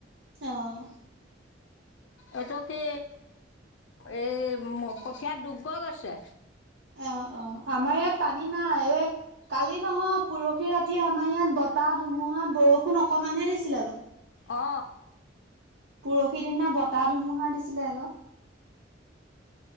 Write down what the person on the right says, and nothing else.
আহঁ
অ অ আমাৰ ইয়াত পানী নাই এই কালি নহয় পৰহি ৰাতিয় আমাৰ ইয়াত বতাহ ধুমুহা বৰষুণ অকমানহে দিছিলে বাৰু
পৰহিৰ দিনা বতাহ ধুমুহা দিছিলে আকৌ